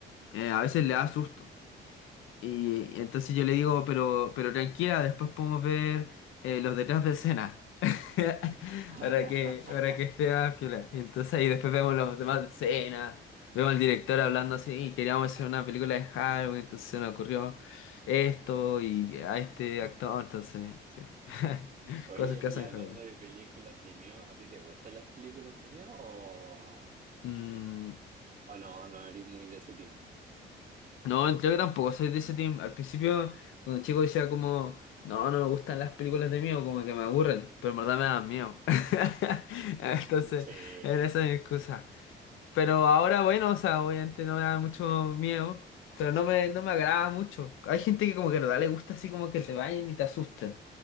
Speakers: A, on the left; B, on the right.
A: eh, a veces le da susto. Y entonces yo le digo, pero, pero tranquila, después podemos ver eh, los detrás de escena. <laughs>
B: <laughs>
A: Para que, para que esté más piola. Y entonces ahí después vemos los demás de escena, vemos al director hablando así, queríamos hacer una película de Halloween, entonces se nos ocurrió esto y a este actor, entonces, sí. <laughs>
B: Oye,
A: Cosas que hacen
B: y hablando
A: en Halloween.
B: de películas de miedo, ¿a ti te gustan las películas de miedo o,
A: Mm,
B: o no? No eres muy de ese team.
A: No, creo que tampoco soy de ese team. Al principio, cuando chico decía como, no, no me gustan las películas de miedo, como que me aburren, pero en verdad me dan miedo. <laughs> Entonces,
B: Che,
A: era esa mi excusa. Pero ahora, bueno, o sea, obviamente no me da mucho miedo, pero no me, no me agrada mucho. Hay gente que como que en verdad le gusta así como que te vayan y te asusten.